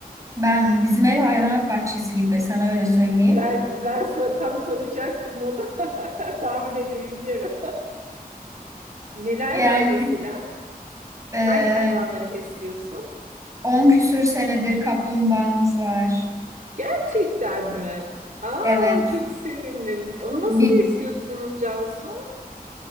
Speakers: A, on the right; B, on the right.
A: Ben bizim ev hayvanat bahçesi gibi sana öyle söyleyeyim.
B: Ben ben so- tam soracaktım onu. <laughs> Tahmin edebiliyorum. <laughs> Neler
A: Yani
B: var mesela?
A: e,
B: Hangi hayvanları besliyorsun?
A: 10 küsür senedir kaplumbağamız var.
B: Gerçekten mi? Aa
A: Evet
B: çok sevindim. Onu
A: bir
B: nasıl besliyorsunuz Cansu?